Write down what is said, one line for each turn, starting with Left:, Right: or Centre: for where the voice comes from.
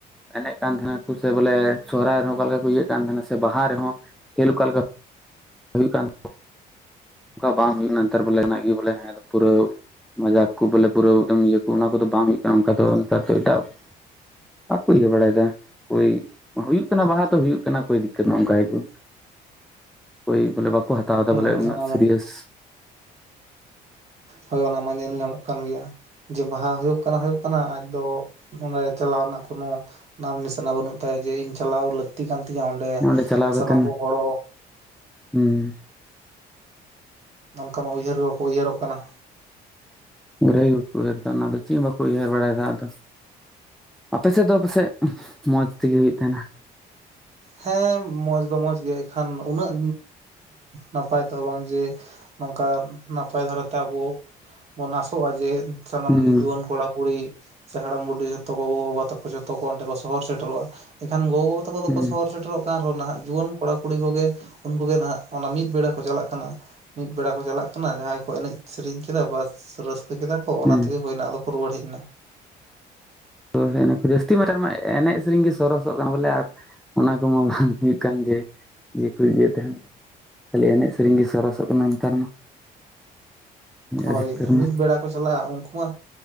Centre: ᱮᱱᱮᱡ ᱠᱟᱱ ᱛᱟᱦᱮᱱᱟ ᱥᱮ ᱵᱚᱞᱮ ᱥᱚᱦᱨᱟᱭ ᱨᱮᱦᱚᱸ ᱚᱠᱟ ᱞᱮᱠᱟ ᱠᱚ ᱤᱭᱟᱹᱜ ᱠᱟᱱ ᱛᱟᱦᱮᱸᱱᱟ ᱥᱮ ᱵᱟᱦᱟ ᱨᱮᱦᱚᱸ ᱠᱷᱮᱞ ᱚᱠᱟ ᱞᱮᱠᱟᱼᱼ ᱦᱩᱭᱩᱜ ᱠᱟᱱ ᱚᱱᱠᱟ ᱵᱟᱝ ᱦᱩᱭᱩᱜ ᱱᱮᱛᱟᱨ ᱵᱚᱞᱮᱱᱟᱜ ᱜᱮ ᱵᱚᱞᱮ ᱯᱩᱨᱟᱹᱼᱼ ᱢᱟᱡᱟ ᱠᱚ ᱵᱚᱞᱮ ᱯᱩᱨᱟᱹᱣ ᱤᱭᱟᱹ ᱚᱱᱟ ᱠᱚᱫᱚ ᱵᱟᱝ ᱦᱩᱭᱩᱜ ᱠᱟᱱᱟ ᱚᱱᱠᱟ ᱱᱮᱛᱟᱨ ᱫᱚ ᱮᱴᱟᱜᱼᱼ ᱵᱟᱠᱚ ᱤᱭᱟᱹ ᱵᱟᱲᱟᱭ ᱫᱟ ᱠᱳᱭ ᱦᱩᱭᱩᱜ ᱠᱟᱱᱟ ᱵᱟᱦᱟ ᱛᱚ ᱦᱩᱭᱩᱜ ᱠᱟᱱᱟ ᱠᱳᱭ ᱫᱤᱠᱠᱟᱛ ᱱᱚ ᱚᱱᱠᱟ ᱜᱮᱠᱚᱼᱼ ᱳᱭ ᱵᱚᱞᱮ ᱵᱟᱠᱚ ᱦᱟᱛᱟᱣ ᱮᱫᱟ
Right: ᱦᱩᱸ
Centre: ᱵᱚᱞᱮ ᱩᱱᱟᱹᱜ
Right: ᱚᱱᱟ
Centre: ᱥᱤᱨᱤᱭᱮᱥᱼᱼ
Right: ᱢᱟ ᱦᱳᱭ ᱚᱱᱟ ᱢᱟ ᱧᱮᱞ ᱧᱟᱢᱚᱜ ᱠᱟᱱ ᱜᱮᱭᱟ ᱡᱮ ᱵᱟᱦᱟ ᱦᱩᱭᱩᱜ ᱠᱟᱱᱟ ᱦᱩᱭᱩᱜᱼᱼ ᱟᱡ ᱫᱚ ᱱᱚᱰᱮ ᱪᱟᱞᱟᱣ ᱨᱮᱱᱟᱜ ᱠᱚᱱᱚᱼᱼ ᱱᱟᱢ ᱱᱤᱥᱟᱱᱟ ᱵᱟᱹᱱᱩᱜ ᱛᱟᱭᱟ ᱡᱮ ᱤᱧ ᱪᱟᱞᱟᱣ ᱞᱟᱹᱠᱛᱤ ᱠᱟᱱ ᱛᱤᱧᱟᱹ ᱚᱸᱰᱮ
Centre: ᱦᱩᱸ ᱪᱟᱞᱟᱣ
Right: ᱥᱟᱱᱟᱢ
Centre: ᱠᱟᱛᱮᱱ
Right: ᱠᱚ ᱜᱚᱲᱚᱼᱼ
Centre: ᱦᱩᱸ
Right: ᱱᱚᱝᱠᱟ ᱢᱟ ᱩᱭᱦᱟᱹᱨ ᱜᱮ ᱵᱟᱠᱚ ᱩᱭᱦᱟᱹᱨᱚᱜ ᱠᱟᱱᱟ᱾
Centre: ᱜᱟᱹᱲᱦᱟᱹᱭ ᱜᱮᱠᱚ ᱩᱭᱦᱟᱹᱨ ᱮᱫᱟ ᱚᱱᱟᱫᱚ ᱪᱮᱫ ᱦᱚᱸ ᱵᱟᱠᱚ ᱩᱭᱦᱟᱹᱨ ᱵᱟᱲᱟᱭᱫᱟ ᱟᱫᱚᱼᱼ ᱟᱯᱮ ᱥᱮᱫ ᱫᱚ ᱯᱟᱥᱮᱡ ᱢᱚᱡᱽ ᱛᱮᱜᱮ ᱦᱩᱭᱩᱜ ᱛᱟᱦᱮᱱᱟ᱾
Right: ᱦᱮᱸ ᱢᱚᱸᱡᱽ ᱫᱚ ᱢᱚᱸᱡᱽ ᱜᱮ ᱮᱱᱠᱷᱟᱱ ᱩᱱᱟᱹᱜ ᱱᱟᱯᱟᱭ ᱛᱮᱦᱚᱸ ᱵᱟᱝ ᱡᱮᱼᱼ ᱱᱚᱝᱠᱟ ᱱᱟᱯᱟᱭ ᱫᱷᱟᱨᱟᱛᱮ ᱟᱵᱚ ᱵᱚᱱ ᱟᱥᱚᱜᱼᱟ ᱡᱮᱼᱼ ᱥᱟᱱᱟᱢ
Centre: ᱦᱩᱸ
Right: ᱡᱩᱣᱟᱹᱱ ᱠᱚᱲᱟ ᱠᱩᱲᱤᱼᱼ ᱥᱮ ᱦᱟᱲᱟᱢ ᱵᱩᱰᱷᱤ ᱡᱚᱛᱚ ᱜᱚᱜᱚ, ᱵᱟᱵᱟ ᱛᱮᱠᱚ ᱡᱚᱛᱚ ᱠᱚ ᱚᱸᱰᱮ ᱠᱚ ᱥᱚᱦᱚᱨ ᱥᱮᱴᱮᱨᱼᱟ ᱮᱠᱷᱟᱱ ᱜᱚᱜᱚ, ᱵᱟ ᱛᱟᱠᱚᱼᱼ
Centre: ᱦᱩᱸ
Right: ᱥᱚᱦᱚᱨ ᱥᱮᱴᱮᱨᱚᱜ ᱠᱟᱱ ᱨᱮᱦᱚᱸ ᱱᱟᱦᱟᱜ ᱡᱩᱣᱟᱹᱱ ᱠᱚᱲᱟ ᱠᱩᱲᱤ ᱠᱚᱜᱮ ᱩᱱᱠᱩᱩᱜᱮ ᱱᱟᱦᱟᱜ ᱚᱱᱟ ᱢᱤᱫ ᱵᱮᱲᱟ ᱠᱚ ᱪᱟᱞᱟᱜ ᱠᱟᱱᱟ᱾ ᱢᱤᱫ ᱵᱮᱲᱟ ᱠᱚ ᱪᱟᱞᱟᱜ ᱠᱟᱱᱟ ᱡᱟᱦᱟᱸᱭ ᱠᱚ ᱮᱱᱮᱡ ᱥᱮᱨᱮᱧ ᱠᱮᱫᱟ ᱵᱟᱥ ᱨᱟᱹᱥᱠᱟᱹ ᱠᱮᱫᱟᱼᱼ ᱠᱚ ᱚᱱᱟ
Centre: ᱦᱩᱸ
Right: ᱛᱮᱜᱮ ᱦᱩᱭᱱᱟ ᱟᱫᱚ ᱠᱚ ᱨᱩᱣᱟᱹᱲ ᱦᱮᱡ ᱮᱱᱟ᱾
Centre: ᱛᱚ ᱡᱟᱹᱥᱛᱤ ᱢᱟᱨᱮ ᱢᱟ ᱮᱱᱮᱡ ᱥᱮᱨᱮᱧ ᱜᱮ ᱥᱚᱨᱚᱥᱚᱜ ᱠᱟᱱᱟ ᱵᱚᱞᱮ ᱟᱨ ᱚᱱᱟ ᱠᱚᱢᱟ ᱵᱟᱝ ᱦᱩᱭᱩᱜ ᱠᱟᱱ ᱡᱮ ᱡᱠᱚ ᱤᱭᱟᱹ ᱛᱟᱦᱮᱱ᱾ ᱠᱷᱟᱹᱞᱤ ᱮᱱᱮᱡ ᱥᱮᱨᱮᱧ ᱜᱮ ᱥᱚᱨᱚᱥᱚᱜ ᱠᱟᱱᱟ ᱱᱮᱛᱟᱨ ᱢᱟ᱾
Right: ᱦᱳᱭ
Centre: ᱟᱹᱰᱤᱛᱟᱹᱨ
Right: ᱢᱤᱫ
Centre: ᱢᱟ
Right: ᱵᱮᱲᱟ ᱠᱚ ᱪᱟᱞᱟᱜᱼᱟ ᱩᱱᱠᱩ ᱢᱟ